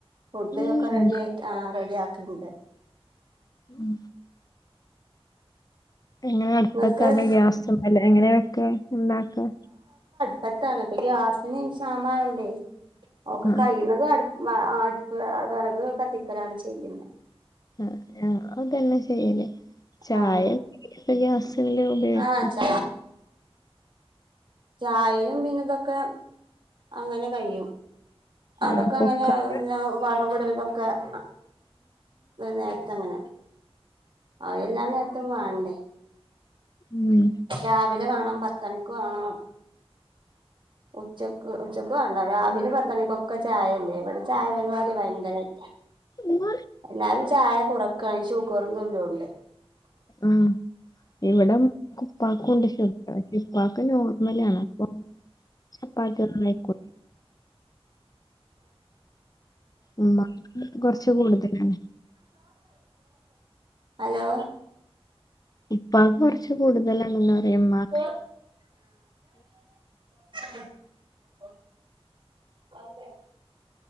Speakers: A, on the right; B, on the left.
A: ഫുഡ്ഡ്
B: ഉം.
A: ഒക്കെ റെഡി ആയി ആ റെഡി ആക്ക്ണ്ട്
B: ഉം. എങ്ങനെ അടുപ്പത്ത
A: നിങ്ങൾക്ക്
B: അതെ ഗ്യാസ് മ്മല് എങ്ങനെവെക്ക ഉണ്ടാക്ക
A: പത്താണ്പ്പ ഗ്യാസിന് ക്ഷ്യാമായോണ്ടേ ഓക്കെ
B: ആ
A: കയ്യ്ണതും അടു വ ആടുപ്പ് വെറക് കത്തിക്കലാണ് ചെയ്യ്ന്നെ
B: ആ ഞങ്ങളും അതെന്നെ ചെയ്യല് ചായ
A: ആഹ്
B: എ <inaudible> ഗ്യാസില് ഉപയോഗിക്കും
A: ആഹ് ച ചായയും പിന്നെ ഇതൊക്കെ അങ്ങനെ കയ്യും അതൊക്കെ
B: ആഹ് കുക്കറില്
A: അങ്ങനെ പിന്ന വറവിടലുതൊക്കെ <unintelligible> നേരത്തെ അങ്ങനെ അവ എല്ലാം നേരത്തും വാണ്ടേ
B: ഉം
A: രാവിലെ വാണം പത്തണിക്ക് വാണം ഉച്ചക്ക് ഉച്ചക്ക് വേണ്ട രാവിലെ പത്ത ണിക്കൊക്കെ ചായല്ലേ ഇവിടെ ചായ പരിപാടി വയങ്കരായിട്ടാ
B: ഉം
A: എല്ലാരും ചായ കുറക്കാണ് ഷുഗറും തുല്യോണ്ട്
B: ഉം ഇവിടെ ഉപ്പാക്കുണ്ട് ഷുഗറ് ഇപ്പാക്ക് നോർമലാണ് പ്പൊ ചപ്പാത്തി ഒന്നും കഴിക്കൂ ഉമ്മാക്ക് കൊറച്ച് കൂടുതലാണ്
A: ഹലോ
B: ഉപ്പാക്ക് കൊറച്ച് കൂടുതലാണെന്ന് പറയും ഉമ്മാക്ക്
A: ആ ഓ <unintelligible> അതെ